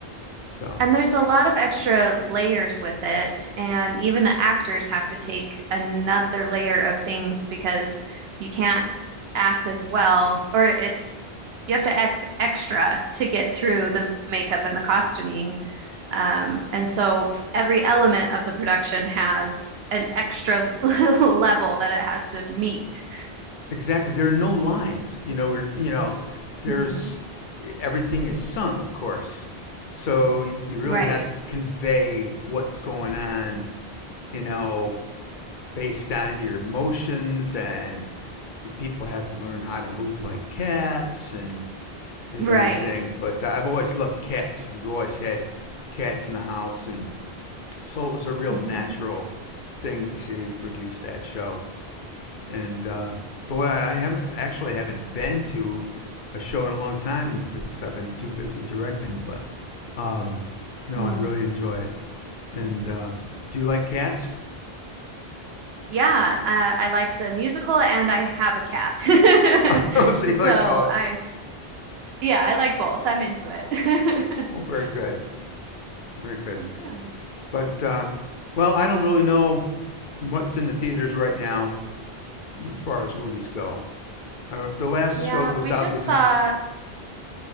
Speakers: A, on the left; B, on the right.
A: So
B: And there's a lot of extra layers with it. And even the actors have to take another layer of things because you can't act as well, or it's you have to act extra to get through the makeup and the costuming. Um, and so every element of the production has an extra <laughs> level that it has to meet.
A: exactly, there are no lines. You know, we're you know, there's
B: Mhm.
A: everything is sung, of course. So you really
B: Right,
A: have to convey what's going on, you know, based on your motions and the people have to learn how to move like cats and and
B: right.
A: everything. But uh, I've always loved cats. We've always had cats in the house, and so it was a real
B: Mhm.
A: natural thing to produce that show. And uh, boy, I haven't actually haven't been to a show in a long time because I've been too busy directing. But um, no,
B: Hmm.
A: I really enjoy it. And um, do you like cats?
B: Yeah, uh, I like the musical and I have a cat. <laughs>
A: <laughs> so
B: So
A: you like both?
B: I, yeah, I like both. I'm into it.
A: Well, very
B: <laughs>
A: good. Very good.
B: Yeah.
A: But, uh, well, I don't really know what's in the theaters right now as far as movies go. Uh, the last
B: Yeah,
A: show that was
B: we
A: out
B: just
A: was,
B: saw,
A: in,